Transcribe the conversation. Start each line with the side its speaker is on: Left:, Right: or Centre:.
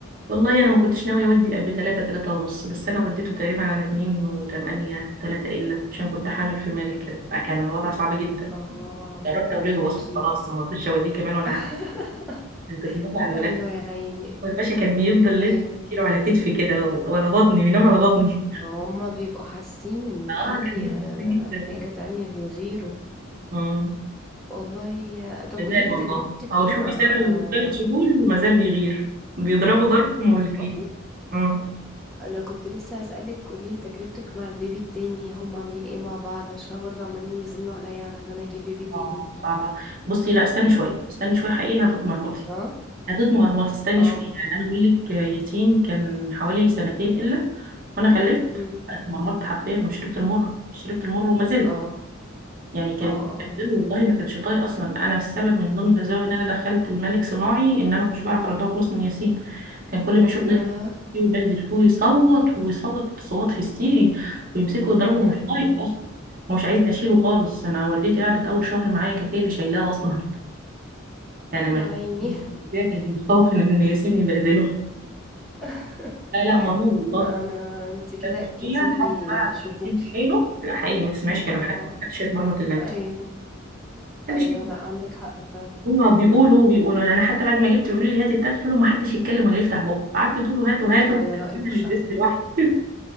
Right: والله أنا ما كنتش ناوي أودي قبل تلاتة تلاتة ونص بس أنا وديته تقريبا على اتنين وتمانية تلاتة إلا عشان كنت حامل في مالك كده فكان الوضع صعب جدا
Centre: اه
Right: دربت اولاده
Centre: اكيد
Right: اصلا خلاص انا ما رضيتش اوديه كمان وانا
Centre: <laughs>
Right: حب كنت دافع على ولاد
Centre: ايوه يا عيني
Right: والباشا كان بيفضل لسه
Centre: ايوه
Right: يشيله على كتفي كده و- وعلى بطني بينام على بطني
Centre: ما هما بيبقوا حاسين
Right: <laughs>
Centre: ان
Right: اه
Centre: في
Right: كان
Centre: آه،
Right: بيسي جدا
Centre: حاجة تانية بيغيروا
Right: امم
Centre: والله آه، طب
Right: مازال
Centre: قوليلي
Right: والله
Centre: تجربتك
Right: او
Centre: ايه
Right: شوفي
Centre: مع
Right: سنه
Centre: آه،
Right: وثلاث شهور ومازال بيغير بيضربوا ضرب مولكي
Centre: والله
Right: امم
Centre: انا كنت لسه هسألك قوليلي تجربتك مع البيبي التاني هما عاملين ايه مع بعض عشان برضه عمالين يزنوا عليا على ان انا اجيب بيبي تاني
Right: اه صعبه بصي لا استني شويه استني شويه حقيقي هتتمرمطي
Centre: اه
Right: هتتمرمطي استني
Centre: اه
Right: شويه يعني انا بقول لك ياسين كان حوالي سنتين الا وانا خلفت
Centre: امم
Right: اتمرمطت حرفيا وشربت المر شربت المر وما زلت
Centre: اه
Right: يعني كان
Centre: اه اه
Right: بهدله والله ما كانش طايق اصلا انا السبب من ضمن الاسباب ان انا دخلت الملك صناعي ان انا ما كنتش بعرف اردها خالص من ياسين كان كل ما يشوفني
Centre: يا
Right: يضرب فيه ويبهدل فيه ويصوت ويصوت صوت هستيري ويمسكه يضربه
Centre: يا
Right: مش
Centre: نهار
Right: طايق
Centre: ابيض
Right: اصلا هو مش عايزني اشيله خالص انا والدتي قعدت اول شهر معايا كانت هي اللي شايلاه اصلا يعني
Centre: يا
Right: ما كانت
Centre: عيني
Right: كانت مستوفن ان ياسين يبهدله
Centre: <laughs>
Right: لا لا مرور والله
Centre: لا انا انت كده
Right: كان
Centre: اكدتي
Right: شويه
Centre: لي
Right: لحد بقى
Centre: شكوكي
Right: ما ياسين في حيله لا حقيقي ما تسمعيش كلام
Centre: اه
Right: حد محدش يتمرمط الا انت
Centre: ايوه
Right: محدش
Centre: ايوه لا عندك حق فعلا
Right: هما بيقولوا بيقولوا يعني انا حتى بعد ما جبت بيقولوا لي هاتي التالت قلت لهم ما حدش يتكلم ولا يفتح بقه قعدت تقول له هاتوا هاتوا
Centre: على
Right: <laughs> في الآخر
Centre: رأيك
Right: انا اللي
Centre: صح
Right: لبست لوحدي <laughs>